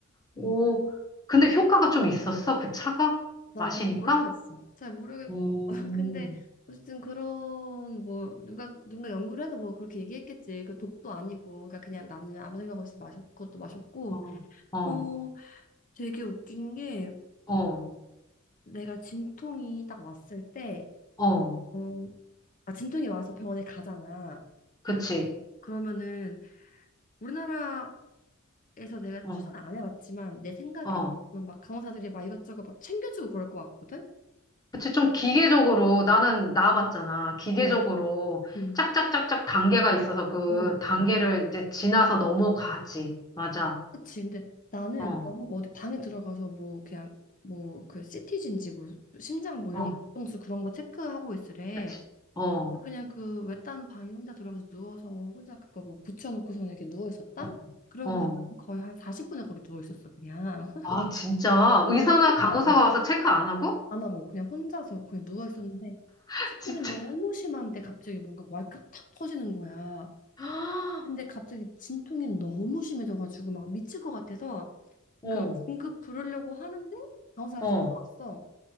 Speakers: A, on the left; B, on the left.
A: 오,
B: 음.
A: 근데 효과가 좀 있었어? 그 차가?
B: 난
A: 마시니까?
B: 잘 모르겠어 잘 모르겠고
A: 오
B: <laughs> 근데 어쨌든 그런 뭐 누가 누가 연구를 해서 뭐 그렇게 얘기했겠지 그 독도 아니고 그러니까 그냥 나는 아무 생각 없이 마셨 그것도 마셨고
A: 어, 어,
B: 어 되게 웃긴 게
A: 어,
B: 내가 진통이 딱 왔을 때
A: 어,
B: 어 아 진통이 와서 병원에 가잖아
A: 그치.
B: 그러면은 우리나라 에서 내가
A: 어,
B: 추천 안 해봤지만 내 생각에는
A: 어.
B: 막 간호사들이 막 이것저것 막 챙겨주고 그럴 것 같거든.
A: 그치, 좀 기계적으로, 나는 나와봤잖아. 기계적으로
B: 어, 응,
A: 짝짝짝짝 단계가 있어서 그
B: 어,
A: 단계를 이제 지나서 넘어가지. 맞아.
B: 그치. 근데 나는
A: 어,
B: 나보고 어디 방에 들어가서 뭐 그냥 뭐그티지인지 뭐 심장 뭐 이런
A: 어,
B: 박동수 그런 거 체크하고 있으래.
A: 그치. 어,
B: 그냥 그 외딴 방에 혼자 들어가서 누워서 혼자 그거 뭐 붙여놓고서는 이렇게 누워 있었다.
A: 어,
B: 그러고
A: 어.
B: 한- 거의 한 40분을 거기 누워 있었어 그냥. <laughs>
A: 아, 진짜? 의사나
B: 뭐 혼자서
A: 간호사가 와서 체크 안 하고?
B: 안 하고 그냥 혼자서 그냥 누워 있었는데.
A: <laughs>
B: 진통이
A: 진짜.
B: 너무 심한데 갑자기 뭔가 왈칵 탁 터지는 거야.
A: <gasps>
B: 근데 갑자기 진통이 너무 심해져가지고 막 미칠 것 같아서
A: 어,
B: 그 긴급 부르려고 하는데 간호사가
A: 어.
B: 확 들어왔어.